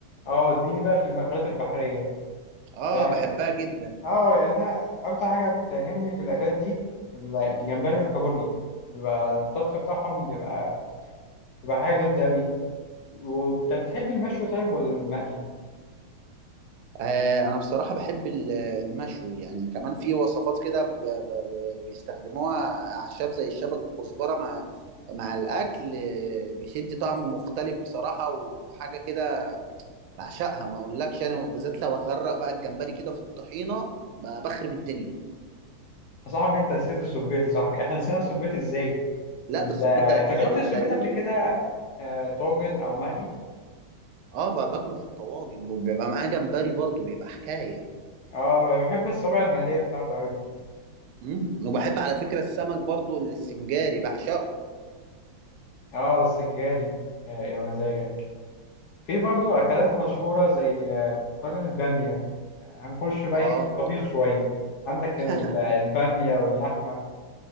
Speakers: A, on the left; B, on the right.
A: أه اديني بقى في المأكولات البحرية
B: اه
A: يعني عجبت-
B: بحبها جدا
A: أه يعني أنا أكتر حاجة بتعجبني في الأكلات دي ال- الجمبري والكابوريا بيبقى الطبخ بتاعهم بيبقى بيبقى حاجة جامدة أوي وانت بتحب المشوي طيب ولا المقلي؟
B: آه انا بصراحه بحب ال- المشوي يعني كمان في وصفات كده ب- ب- بيستخدموها اعشاب زي الشبت والكزبره مع مع الاكل آه، بيشد طعم مختلف بصراحه وحاجه كده بعشقها ما اقولكش يعني وبالذات لو اغرق بقى الجمبري كده في الطحينه ب- بخرب الدنيا
A: يا صاحبي انت نسيت السبيت يا صاحبي احنا نسينا السبيت ازاي؟
B: لا
A: ال-
B: ده الصبيط
A: انت
B: ده ده
A: جربت السبيت
B: ده ليه-
A: قبل كده آه، طاجن او مقلي؟
B: اه بقى باكله في الطواجن وبيبقى معاه جمبري برضو بيبقى حكايه
A: اه بحب الصوابع المقلية بتاعته قوي
B: مم. وبحب على فكره السمك برضو السنجاري بعشقه
A: اه السنجاري يا يا مزاجك في برضو اكلات مشهورة زي آه، طاجن البامية آه، هنخش بقى
B: اه
A: ايه في الطبيخ شوية عندك
B: <laughs>
A: ال- البامية واللحمة